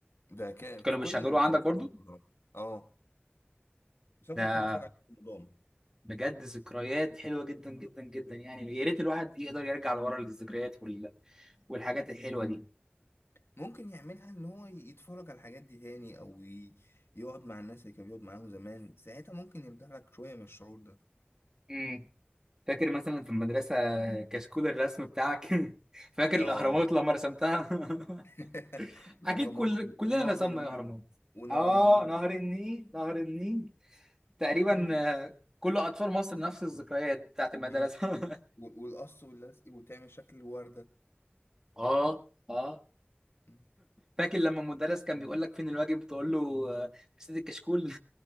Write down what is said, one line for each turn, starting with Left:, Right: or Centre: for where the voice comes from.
Left: ده ك...
Right: كانوا
Left: في كل
Right: بيشغلوه
Left: المدارس
Right: عندك
Left: في
Right: برضو
Left: كل المحاضرات اه بس انا
Right: ده
Left: كنت بحب اتفرج عليه بنظام
Right: بجد ذكريات حلوة جدا جدا جدا يعني يا ريت الواحد يقدر يرجع لورا للذكريات وال... والحاجات الحلوة دي
Left: ممكن يعملها ان هو يتفرج على الحاجات دي تاني او ي... يقعد مع الناس اللي كان بيقعد معاهم زمان ساعتها ممكن يرجع لك شويه من الشعور ده
Right: امم فاكر مثلا في المدرسة كشكول الرسم بتاعك <laughs> فاكر
Left: اه
Right: الأهرامات لما رسمتها <laughs>
Left: <laughs> الاهرامات
Right: أكيد كل
Left: ون-
Right: كلنا
Left: ونهر
Right: رسمنا
Left: النيل
Right: الأهرامات
Left: ونهر
Right: آه
Left: النيل
Right: نهر النيل نهر النيل تقريبا
Left: حاجات
Right: آه، كل أطفال مصر نفس الذكريات بتاعت المدرسة
Left: مم.
Right: <laughs>
Left: و- والقص واللزق وتعمل شكل الورده
Right: اه آه
Left: مم.
Right: فاكر لما المدرس كان بيقول لك فين الواجب تقول له آه، في سيد الكشكول